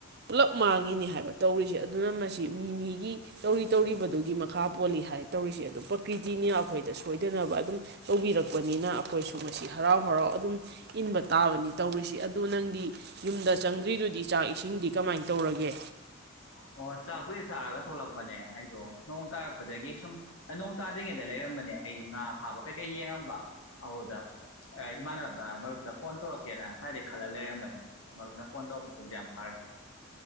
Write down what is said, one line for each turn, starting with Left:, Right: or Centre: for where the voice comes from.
Right: ꯄꯨꯂꯞ ꯃꯥꯡꯉꯤꯅꯤ ꯍꯥꯏꯕ ꯇꯧꯔꯤꯁꯦ ꯑꯗꯨꯅ ꯃꯁꯤ ꯃꯤ ꯃꯤꯒꯤ ꯇꯧꯔꯤ ꯇꯧꯔꯤꯕꯗꯨꯒꯤ ꯃꯈꯥ ꯄꯣꯜꯂꯤ ꯍꯥꯏ ꯇꯧꯔꯤꯁꯤ ꯑꯗꯨ ꯄ꯭ꯔꯀꯤ꯭ꯔꯤꯇꯤꯅ ꯑꯩꯈꯣꯏꯗ ꯁꯣꯏꯗꯅꯕ ꯑꯗꯨꯝ ꯇꯧꯕꯤꯔꯛꯄꯅꯤꯅ ꯑꯩꯈꯣꯏꯁꯨ ꯃꯁꯤ ꯍꯔꯥꯎ-ꯍꯔꯥꯎ ꯑꯗꯨꯝ ꯏꯟꯕ ꯇꯥꯕꯅꯤ ꯇꯧꯔꯤꯁꯤ ꯑꯗꯨꯗ ꯅꯪꯗꯤ ꯌꯨꯝꯗ ꯆꯪꯗ꯭ꯔꯤꯗꯨꯗꯤ ꯆꯥꯛ ꯏꯁꯤꯡꯗꯤ ꯀꯃꯥꯏꯅ ꯇꯧꯔꯒꯦ
Left: ꯑꯣ ꯆꯥꯛꯄꯨꯗꯤ ꯆꯥꯔꯒ ꯊꯂꯛꯄꯅꯦ ꯑꯩꯗꯣ ꯅꯣꯡ ꯇꯥꯔꯛꯄꯗꯒꯤ ꯁꯨꯝ ꯅꯣꯡ ꯇꯥꯗ꯭ꯔꯤꯉꯩꯗ ꯂꯩꯔꯝꯕꯅꯦ ꯑꯩ ꯉꯥ ꯐꯥꯕ ꯀꯩꯀꯩ ꯌꯦꯡꯉꯝꯕ ꯑꯗꯨꯗ ꯏꯃꯥꯟꯅꯕꯅ ꯃꯔꯨꯞꯇ ꯐꯣꯟ ꯇꯧꯔꯛꯀꯦꯅ ꯉꯁꯥꯏꯗꯩ ꯈꯜꯂ ꯂꯩꯔꯝꯕꯅꯦ ꯃꯔꯨꯞꯅ ꯐꯣꯟ ꯇꯧꯔꯛꯄꯁꯤꯕꯨꯗꯤ ꯌꯥꯝ ꯐꯔꯦ